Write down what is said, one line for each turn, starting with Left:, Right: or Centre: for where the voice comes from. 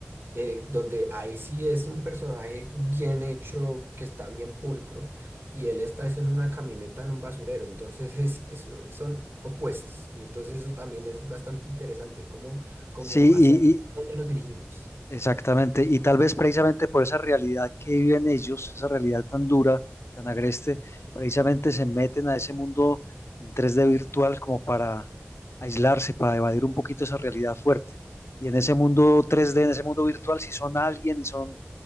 Right: eh, donde ahí sí es un personaje bien hecho, que está bien pulcro, y él está es en una camioneta en un basurero, entonces <laughs> es, es- son opuestos, y entonces eso también es bastante interesante, cómo, cómo
Left: Sí,
Right: hacia
Left: y, y-
Right: dónde nos dirigimos.
Left: exactamente. Y tal vez precisamente por esa realidad que viven ellos, esa realidad tan dura, tan agreste, precisamente se meten a ese mundo en 3D virtual como para aislarse, para evadir un poquito esa realidad fuerte. Y en ese mundo 3D, en ese mundo virtual, si son alguien y son